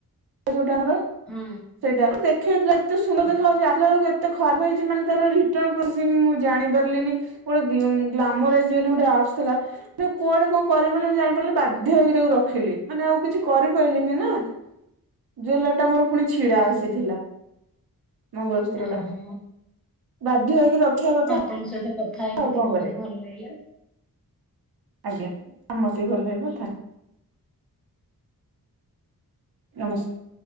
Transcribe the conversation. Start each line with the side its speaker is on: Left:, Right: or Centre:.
Right: ଯୋଉଟା ଆମର
Centre: ହଁ
Right: ସେଇଟା ଦେଖେଇଥିଲା ଏତେ ସୁନ୍ଦର
Centre: ହଁ
Right: ଦେଖା ଯାଉଛି ଆଣିଲା ଏତେ ତ ଖରାପ ହେଇଛି ମାନେ ତାର ରିଟଣ୍ଣ ମୁଁ କଣ କେମିତି ଜାଣି ପାରିଲିନି ଗୋଟେ ଗ୍ଲାମର ଏଜି ଗୋଟେ ଆସ୍ପ ଥିଲା ନା କୁଆଡେ କଣ କରିବି ବୋଲି ମୁଁ ଜାଣିପାରିଲି ବାଧ୍ୟ ହେଇକି ତାକୁ ରଖିଲି ମାନେ ଆଉ କିଛି କରିପାରିଲିନି ନା। ଜୁଲେରୀଟା ମୋର ପୁଣି ଛିଡା
Centre: ହୁଁ
Right: ଆସିଥିଲା। ମଙ୍ଗଳସୂ୍ତ୍ରଟା
Centre: ଓହୋ
Right: ବାଧ୍ୟ ହେଇକି ରଖିବା କଥା
Centre: ତମ ସହିତ କଥା ହେଇକି
Right: ଆଉ
Centre: ମତେ
Right: କଣ
Centre: ବହୁତ
Right: କରିବା
Centre: ଭଲ ଲାଗିଲା।
Right: ଆଜ୍ଞା ମୋତେ ବି ଭଲ ଲାଗିଲା ଥ୍ୟା ନମସ୍କାର।